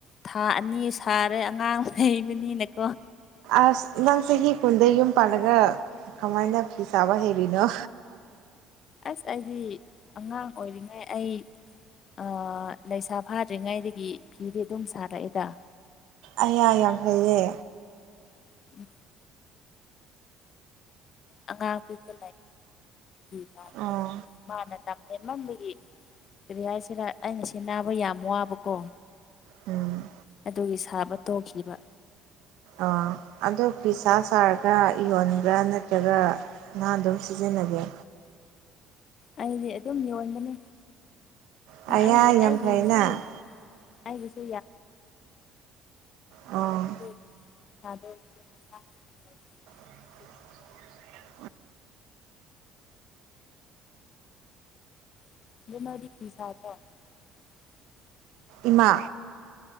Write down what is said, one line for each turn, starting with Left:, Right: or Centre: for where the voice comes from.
Left: ꯊꯥ ꯑꯅꯤ ꯁꯥꯔꯦ ꯑꯉꯥꯡ ꯂꯩꯕꯅꯤꯅꯀꯣ
Right: ꯑꯁ ꯅꯪ ꯆꯍꯤ ꯀꯨꯟꯗ ꯌꯨꯝ ꯄꯜꯂꯒ ꯀꯃꯥꯏꯅ ꯐꯤ ꯁꯥꯕ ꯍꯩꯔꯤꯅꯣ
Left: ꯑꯁ ꯑꯩꯗꯤ ꯑꯉꯥꯡ ꯑꯣꯏꯔꯤꯉꯩ ꯑꯩ ꯑꯩ ꯂꯩꯁꯥ ꯐꯥꯗ꯭ꯔꯤꯉꯩꯗꯒꯤ ꯐꯤꯗꯤ ꯑꯗꯨꯝ ꯁꯥꯔꯛꯑꯦꯗ
Right: ꯑꯩꯌꯥ ꯌꯥꯝ ꯐꯩꯌꯦ
Left: <unintelligible> ꯑꯉꯥꯡ ꯄꯤꯛꯄ <unintelligible>
Right: ꯑꯣ
Left: ꯕꯒꯤ ꯀꯔꯤ ꯍꯥꯏꯁꯤꯔ ꯑꯩꯅ ꯁꯤꯅꯥꯕ ꯌꯥꯝ ꯋꯥꯕꯀꯣ
Right: ꯎꯝ
Left: ꯑꯗꯨꯒꯤ ꯁꯥꯕ ꯇꯣꯛꯈꯤꯕ
Right: ꯑꯣ ꯑꯗꯨ ꯄꯤꯁꯥ ꯁꯥꯔꯒ ꯌꯣꯟꯕ꯭ꯔꯥ ꯅꯠꯇ꯭ꯔꯒ ꯅꯥ ꯑꯗꯨꯝ ꯁꯤꯖꯤꯟ ꯅꯒꯦ
Left: ꯑꯩꯗꯤ ꯑꯗꯨꯝ ꯌꯣꯟꯕꯅꯦ
Right: ꯑꯌꯥ
Left: ꯑꯩꯒꯤ
Right: ꯌꯥꯝ
Left: ꯑꯩꯒꯤꯁꯨ
Right: ꯐꯩꯅ
Left: ꯑꯩꯒꯤꯁꯨ
Right: ꯑꯣ
Left: <unintelligible> <unintelligible>
Right: <inaudible>
Left: ꯄꯩꯁꯥ <unintelligible>
Right: ꯏꯃꯥ